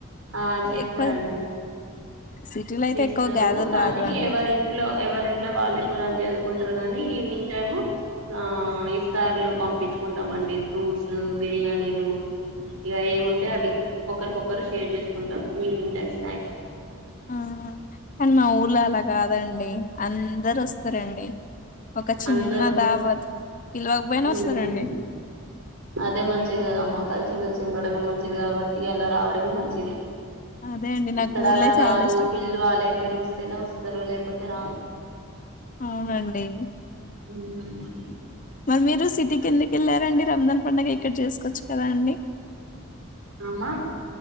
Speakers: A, on the right; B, on the left.
A: ఆ చేస్తారండి
B: ఎక్కువ సిటీలో అయితే
A: చేస్తారు
B: ఎక్కువ గ్యాదర్
A: కానీ
B: కాదు అండి
A: ఎవరింట్లో ఎవర్ ఇంట్లో వాళ్ళే కురాన్ చదువుకుంటారు కానీ ఈవినింగ్ టైమ్ ఆ ఇఫతార్లు పంప్ చుకుంటాండి ఫ్రూట్స్, బిర్యానీలు ఇగ ఏముంటే అవి ఒకరికొరు షేర్ చేసుకుంటాం ఈవినింగ్ టైమ్ స్నాక్స్
B: ఆ కానీ మా ఊర్లో అలా కాదండి అందరు వస్తారండి ఒక చిన్న
A: అందరు
B: దావాత్, పిల్వకపోయిన వస్తారండి.
A: మ్మ్ అదే మంచిది కదమ్మ కలిసిమెలిసి ఉండడమే, మంచిది కాబట్టి అలా రావడమే మంచిది.
B: అదే అండి నాకు
A: ఇక్కడ
B: ఊర్లే
A: అలా
B: చాలా
A: కాదు
B: ఇష్టం
A: పిలవాలే, పిలుస్తేనే వస్తారు లేకపోతే రారు.
B: అవునండి
A: ఉమ్మ్
B: మరి మీరు సిటీకి ఎందుకు వెళ్ళారండి. రంజాన్ పండుగ ఇక్కడ చేసుకోవచ్చు కదా అండి.
A: అమ్మ